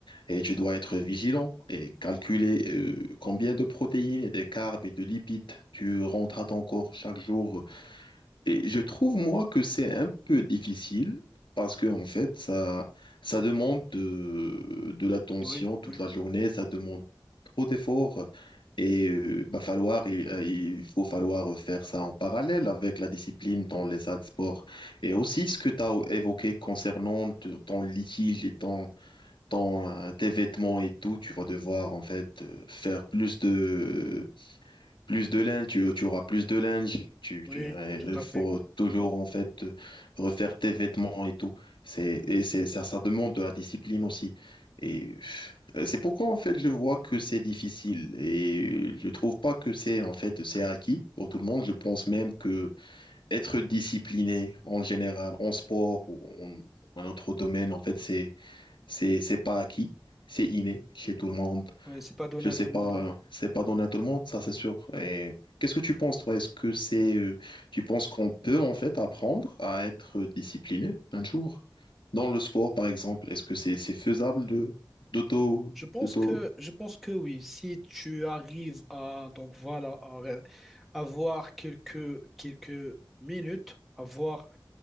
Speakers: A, on the left; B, in the centre.
A: Et tu dois être vigilant et calculer euh, combien de protéines et de carbs et de lipides tu rentres à ton corps chaque jour. Et je trouve, moi, que c'est un peu difficile parce que, en fait, ça, ça demande de, de l'attention
B: Oui,
A: toute
B: oui,
A: la journée, ça demande trop d'efforts et euh, bah, falloir, il, euh, il faut falloir faire ça en parallèle avec la discipline dans les salles de sport. Et aussi, ce que tu as évoqué concernant ton ton litige et ton ton, euh, tes vêtements et tout, tu vas devoir en fait euh, faire plus de plus de linge, tu, tu auras plus de linge, tu,
B: oui,
A: tu euh,
B: tout
A: il
B: à
A: faut
B: fait.
A: toujours en fait euh, refaire tes vêtements et tout. C'est et c'est ça, ça demande de la discipline aussi. Et euh, c'est pourquoi en fait je vois que c'est difficile et je trouve pas que c'est en fait c'est acquis pour tout le monde. Je pense même que être discipliné en général en sport ou en, en autre domaine en fait c'est c'est, c'est pas acquis, c'est inné chez tout le monde.
B: Oui, c'est pas donné
A: Je
B: à
A: sais
B: tout
A: pas,
B: le monde, oui.
A: euh, c'est pas donné à tout le monde, ça c'est sûr. Et qu'est-ce que tu penses, toi? Est-ce que c'est, euh, tu penses qu'on peut en fait apprendre à être discipliné un jour? Dans le sport, par exemple, est-ce que c'est c'est faisable de d'auto,
B: Je pense
A: d'auto?
B: que, je pense que oui. Si tu arrives à, donc voilà, à ré- avoir quelques, quelques minutes, avoir,